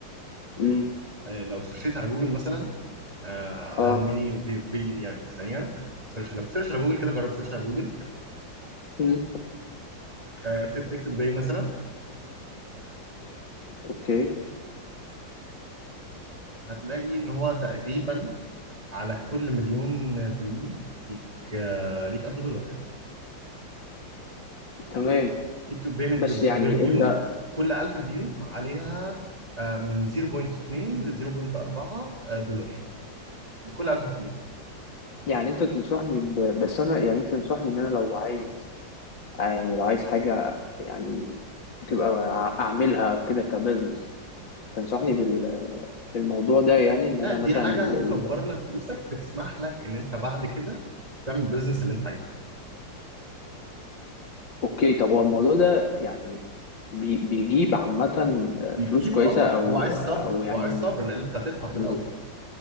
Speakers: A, on the left; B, on the right.
A: مم،
B: آه، لو سيرشيت على جوجل مثلا هاو
A: اه
B: ميني فيديو يعني ثانيه سيرش على سيرش على جوجل كده جرب سيرش على جوجل
A: مم،
B: آه، اكتب تيك توك باي مثلا
A: اوكي
B: هتلاقي ان هو تقريبا على كل مليون فيو ليك آه، ليك 1000 دولار
A: تمام
B: تيك توك بيمنت
A: بس
B: بير
A: يعني
B: فيو
A: انت
B: كل 1000 فيو عليها آه، من 0.2 ل 0.4 دولار لكل 1000 فيو
A: يعني انت تنصحني ب... بس انا يعني انت تنصحني ان انا لو عايز آه، يعني لو عايز حاجة يعني تبقى ع- اعملها او كده كبزنس تنصحني بال... بالموضوع ده يعني ان
B: لا
A: انا
B: دي
A: مثلا
B: حاجه
A: ال...
B: هتكبر
A: ال...
B: لك فلوسك تسمح لك ان انت بعد كده تعمل البيزنس اللي انت عايزه
A: اوكي طب هو الموضوع ده يعني بي... بيجيب عامة آه،
B: بيجيب
A: فلوس كويسة
B: اه
A: او
B: هو عايز
A: او
B: صبر
A: يعني
B: هو عايز صبر لان انت هتدفع في
A: مم.
B: الاول